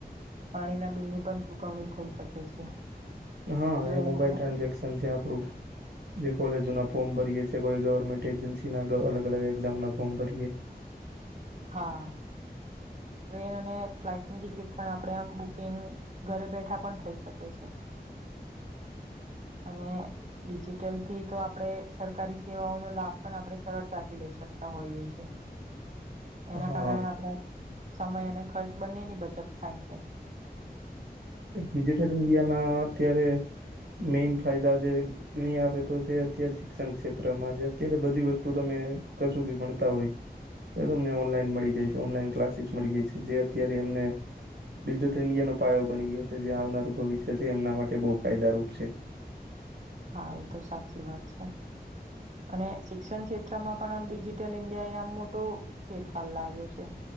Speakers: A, on the right (about 45°); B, on the right (about 85°).
A: પાણીના બિલની પણ ચુકવણી થઈ શકે છે.
B: હા
A: ટ્રેન
B: એ મોબાઈલ ટ્રાન્ઝેક્શન છે, આપડું જે કોલેજ ના ફોર્મ ભરીએ કોઈ ગવર્મેન્ટ એજન્સીના અલગ અલગ એક્ઝામના ફોર્મ ભરીએ
A: હા. <unintelligible> <inaudible> ટ્રેન અને ફ્લાઇટની ટિકિટ પણ આપણે આમ બુકિંગ ઘરે બેઠા પણ થઈ શકે છે. <unintelligible> <inaudible> અને ડિજિટલ થી તો આપડે સરકારી સેવાઓનો લાભ પણ આપણે સરળતાથી લઈ શકીએ. હોઈએ એના
B: હા
A: કારણે આપણે સમય અને ખર્ચ બંનેની બચત થાય છે.
B: ડિજિટલ ઇન્ડિયા ના અત્યારે મેઈન ફાયદા જે ગણી આપે તો છે અત્યારે શિક્ષણ ક્ષેત્રમાં છે, અત્યારે બધી વસ્તુ તમે કશું ભી ભણતા હોય. તમને ઓનલાઈન મળી જાય છે, ઓનલાઈન ક્લાસીસ મળી જાય છે, જે અત્યારે એમને ડિજિટલ ઇન્ડિયા નો પાયો બની ગયો છે જે આવનારું ભવિષ્ય છે એમના માટે બહુ ફાયદારૂપ છે.
A: હા એ તો સાચી વાત છે. અને શિક્ષણ ક્ષેત્રમાં પણ આમ ડિજિટલ ઇન્ડિયા એ આમ મોટો ફેરફાર લાવ્યો છે.